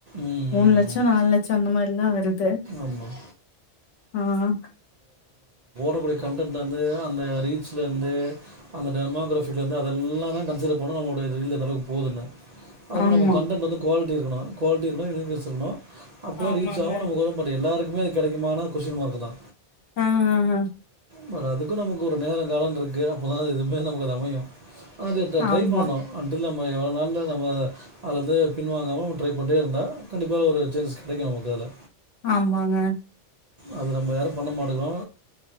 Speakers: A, on the right; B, on the left.
A: ம்
B: மூணு லட்சோ நாலு லட் சொன்னமாரிதா வருது
A: ஆமாம்
B: ஆ ஆ ஹாங்
A: உங்களுடைய கண்டென்ட்டருந்து அந்த ரீச்ல இருந்து அந்த டெர்மாகிராபில இருந்து அதெல்லா தா கன்சிடர் பண்ணு நம்முடையது ரீலு எந்தளவு போதுனு அது போல
B: ஆமா.
A: நம்ம கன்டென்ட் வந்து குவாலிட்டி இருக்கனு குவாலிட்டி இருந்தா யூனிபியஸ் இருக்கனு அப்போ
B: ஆமாங்க.
A: ரீச் ஆவு நமக்கு வரு பட் எல்லாருக்குமே அது கெடைக்குமானா கொஷ்டின் மார்க் தா
B: ஆ ஹா ஹா
A: பட் அதுக்கு நமக்கு ஒரு நேர காலோன்று இருக்கு அப்பதா எதுவுமே நமக்கு அது அமையு அது எத்த ட்ரை
B: ஆமா.
A: பண்ணணு அண்டில் இல்லாம நம்ம எவ்ளோ நாள்தா நம்ம அத வந்து பின்வாங்காமல் ட்ரை பண்ணிட்டே இருந்தா கண்டிப்பாக ஒரு சேஞ்சஸ் கெடைக்கு நமக்கு அதுல
B: ஆமாங்க
A: அது நம்ம யாரு பண்ண மாட்டக்கிறோ